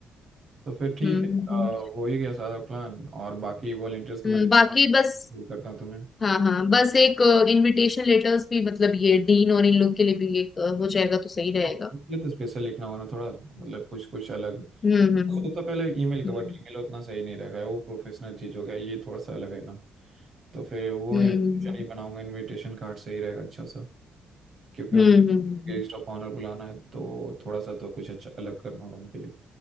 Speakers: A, on the right; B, on the left.
A: तो फिर ठीक
B: हम्म
A: है अ,
B: हम्म,
A: हो ही गया सारा प्लान और बाकी वॉलंटियर्स का
B: हम्म,
A: मैं देखता
B: बाकी बस
A: हूँ करता हूँ तुम्हें
B: हाँ हाँ बस एक इनविटेशन लेटर्स भी मतलब ये डीन और इन लोग के लिए भी एक अ, हो जाएगा तो सही रहेगा
A: आप इसलिए तो स्पेशल लिखना होगा ना थोड़ा मतलब कुछ कुछ अलग वो
B: हम्म
A: तो तो पहले
B: हम्म
A: ईमेल का बट ईमेल उतना सही नहीं रहेगा वो प्रोफेशनल चीज हो गया ये थोड़ा सा अलग है ना तो फिर वो
B: हम्म
A: इनविटेशन
B: हम्म हम्म
A: ही बनाऊंगा इनविटेशन कार्ड सही रहेगा अच्छा सा क्योंकि
B: हम्म
A: उन
B: हम्म हम्म, हम्म,
A: गेस्ट
B: हम्म,
A: ऑफ ऑनर बुलाना है तो थोड़ा सा तो कुछ अच्छा अलग करना होगा उनके लिए